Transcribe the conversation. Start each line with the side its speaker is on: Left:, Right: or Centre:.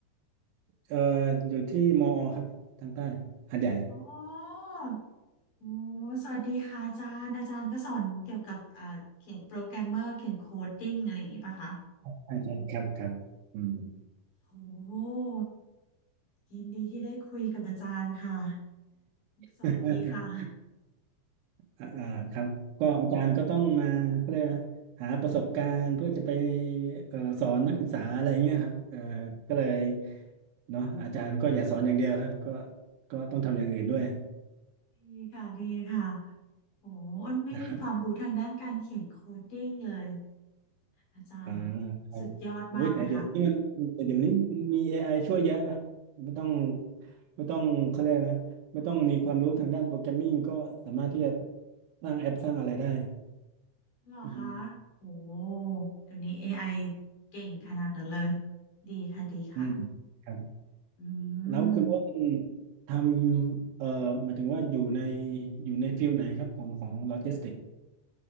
Right: เอ่ออยู่ที่มอครับทางใต้หาดใหญ่
Left: อ๋อโอ้ สวัสดีค่ะอาจารย์อาจารย์ก็สอนเกี่ยวกับเอ่อเขียนโปรแกรมเมอร์เขียนโคดดิ้งอะไรอย่างงี้ป่ะคะ
Right: ใช่ใช่ครับครับอืม
Left: โอ้ ยินดีที่ได้คุยกับอาจารย์ค่ะสวัสดีค่ะ
Right: <laughs> อ่าอ่าครับก็อาจารย์ก็ต้องมาเพื่อหาประสบการณ์เพื่อจะไปเอ่อสอนนักศึกษาอะไรเงี้ยครับเอ่อก็เลยเนาะอาจารย์ก็อย่าสอนอย่างเดียวครับก็ก็ต้องทำอย่างอื่นด้วย
Left: ดีค่ะดีค่ะโหอ้นไม่มีความรู้ทางด้านการเขียนโคดดิ้งเลย
Right: นะครับ
Left: อาจารย์
Right: อ่าครับโอ้ยแต่เดี๋ยวนี้มันแต่เดี๋ยวนี้มี
Left: สุดยอดมากเลยค่ะ
Right: AI ช่วยเยอะครับไม่ต้องไม่ต้องเขาเรียกนะไม่ต้องมีความรู้ทางด้านโปรแกรมมิ่งก็สามารถที่จะสร้างแอปสร้างอะไรได้
Left: หรอคะ
Right: อืม
Left: โหเดี๋ยวนี้ a อไอเก่งขนาดนั้นเลย ดีค่ะดีค่ะ
Right: อืมครับ
Left: อื
Right: แล้วคุณอ้วน
Left: ม
Right: ทำเอ่อหมายถึงว่าอยู่ในอยู่ในฟิลไหนครับของของโลจิสติก